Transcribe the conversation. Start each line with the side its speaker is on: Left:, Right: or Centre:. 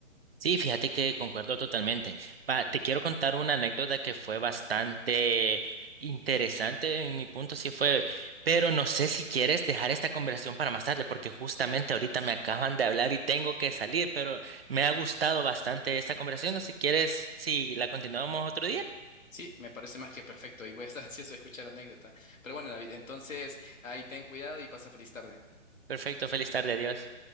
Right: Sí, fíjate que concuerdo totalmente. Pa- te quiero contar una anécdota que fue bastante interesante en mi punto, sí fue, pero no sé si quieres dejar esta conversación para más tarde, porque justamente ahorita me acaban de hablar y tengo que salir, pero me ha gustado bastante esta conversación. No sé si quieres, si la continuamos otro día.
Left: Sí, me parece más que perfecto y voy a estar <laughs> ansioso de escuchar la anécdota. Pero bueno, David, entonces ahí ten cuidado y pasa feliz tarde.
Right: Perfecto, feliz tarde, adiós.